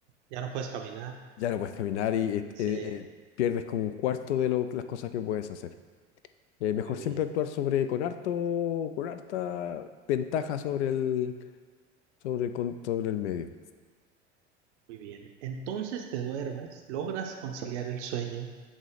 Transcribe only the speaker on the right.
ya no puedes caminar.
Sí,
muy
bien.
Muy bien, entonces te duermes, logras conciliar el sueño,